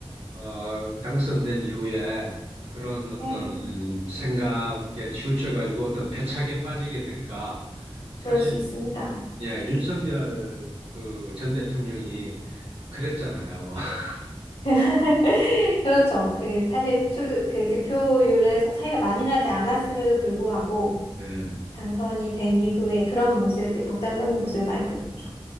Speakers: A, on the right; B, on the left.
A: 어, 당선된 이후에 그런 어떤
B: 네,
A: 생각에 치우쳐가지고 어떤 패착에 빠지게 될까. 사실
B: 그럴 수 있습니다.
A: 예, 윤석열 그 전 대통령이 그랬잖아요. <laughs>
B: <laughs> 그렇죠. 그 사실 투, 그 득표율에서 차이가 많이 나지 않았음에도 불구하고
A: 예,
B: 당선이 된 이후에 그런 모습을 독단적인 모습을 많이 보여줬죠.